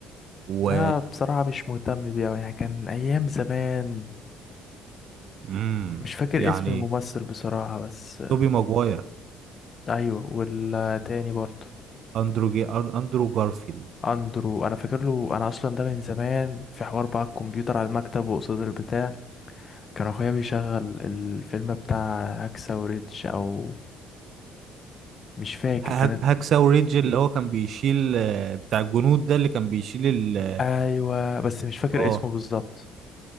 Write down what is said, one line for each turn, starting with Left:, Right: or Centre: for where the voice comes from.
Right: و
Left: اه بصراحه مش مهتم بيه أوي يعني كان ايام زمان
Right: امم
Left: مش فاكر
Right: يعني
Left: اسم الممثل بصراحه بس
Right: توبي ماجواير
Left: ايوه والتاني برضو
Right: اندرو جي... أن- اندرو جارفيلد
Left: اندرو انا فاكر له انا اصلا ده من زمان في حوار بقى الكمبيوتر على المكتب وقصاد البتاع كان اخويا بيشغل الفيلم بتاع هاكسا وريدج او مش فاكر
Right: هاك...
Left: كان ال-
Right: هاكساو ريدج اللي هو كان بيشيل آه، بتاع الجنود ده اللي كان بيشيل ال...
Left: ايوه بس مش فاكر
Right: اه
Left: اسمه بالظبط